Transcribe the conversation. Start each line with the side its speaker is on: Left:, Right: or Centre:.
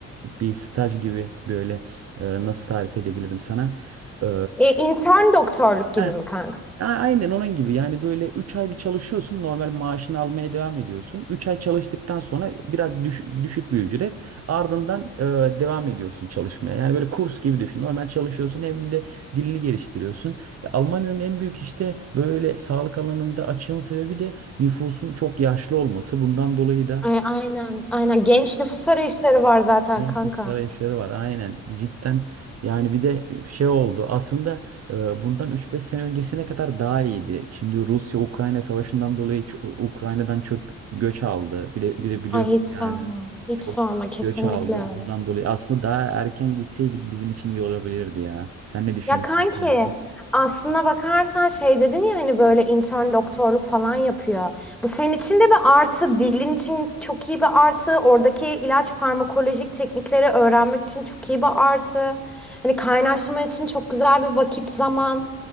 Right: bir staj gibi böyle e, nasıl tarif edebilirim sana? E,
Centre: E, intern doktorluk gibi
Right: he,
Centre: mi kanka?
Right: a- aynen onun gibi yani böyle 3 ay bir çalışıyorsun normal maaşını almaya devam ediyorsun. üç ay çalıştıktan sonra biraz düş- düşük bir ücret ardından e, devam ediyorsun çalışmaya. Yani böyle kurs gibi düşün normal çalışıyorsun hem de dilini geliştiriyorsun. Ya Almanya'nın en büyük işte böyle sağlık alanında açığın sebebi de nüfusun çok yaşlı olması. Bundan dolayı da
Centre: Ay, aynen, aynen. Genç nüfus arayışları var zaten
Right: Genç
Centre: kanka.
Right: nüfus arayışları var aynen cidden yani bir de şey oldu aslında e, bundan üç beş sene öncesine kadar daha iyiydi. Şimdi Rusya-Ukrayna savaşından dolayı ç- Ukrayna'dan çok göç aldı bir de, bir de biliyorsun
Centre: Ay hiç
Right: yani
Centre: sorma, hiç
Right: çok
Centre: sorma kesinlikle
Right: göç aldı
Centre: öyle.
Right: bundan dolayı aslında daha erken gitseydik bizim için iyi olabilirdi ya. Sen ne düşünüyorsun?
Centre: Ya kanki
Right: bu konuda?
Centre: aslına bakarsan şey dedin ya hani böyle intern doktorluk falan yapıyor. Bu senin için de bir artı, dilin için çok iyi bir artı, oradaki ilaç farmakolojik teknikleri öğrenmek için çok iyi bir artı. Hani kaynaşma için çok güzel bir vakit zaman.